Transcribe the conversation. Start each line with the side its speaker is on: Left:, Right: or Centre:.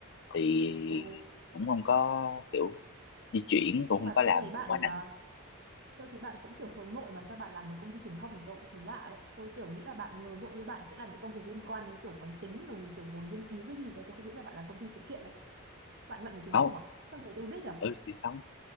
Left: thì
Right: Ừ.
Left: cũng không có kiểu di chuyển
Right: nhưng
Left: cũng không
Right: mà
Left: có
Right: tôi
Left: làm
Right: thấy bạn
Left: gì quá nặng
Right: à,
Left: nhọc
Right: tôi thấy bạn cũng kiểu hướng nội mà sao bạn làm được công ty truyền thông thì tôi cũng thấy lạ đấy tôi kiểu nghĩ là bạn hướng nội như bạn sẽ làm những công việc liên quan đến kiểu máy tính rồi kiểu ngồi nghiên cứu cái gì cơ tôi không nghĩ là bạn làm công ty sự kiện đấy bạn mạnh về truyền
Left: nấu
Right: thông à sao giờ tôi mới biết nhỉ
Left: ở truyền thông